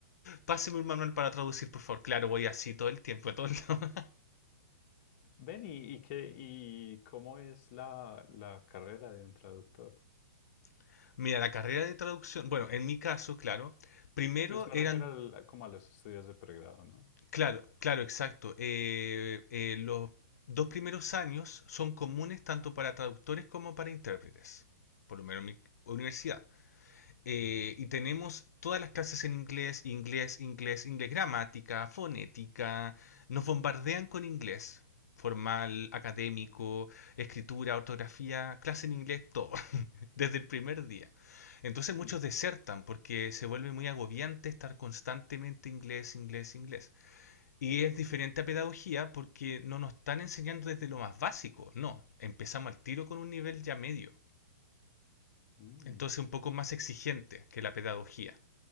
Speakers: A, on the left (about 70°); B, on the left (about 45°).
A: Páseme un manual para traducir, por favor. Claro, voy así todo el tiempo. Todo el... tiempo
B: Ven, ¿y, y qué, y cómo es la, la carrera de un traductor?
A: <laughs> Mira, la carrera de traducción. Bueno, en mi caso, claro. Primero
B: Pues me
A: eran.
B: refiero al- como a los estudios de pregrado, ¿no?
A: Claro, claro, exacto. Eh, eh, los dos primeros años son comunes tanto para traductores como para intérpretes. Por lo menos en mi universidad. eh,
B: Ujú.
A: y tenemos todas las clases en inglés, inglés, inglés, inglés, gramática, fonética, nos bombardean con inglés, formal, académico,
B: Mm.
A: escritura, ortografía, clase en inglés, todo, <laughs> desde el primer día. Entonces muchos
B: Mm,
A: desertan porque se vuelve muy agobiante estar constantemente inglés, inglés, inglés. Y es diferente a pedagogía porque no nos están enseñando desde lo más básico, no, empezamos al tiro con un nivel ya medio.
B: mm.
A: Entonces un poco más exigente que la pedagogía.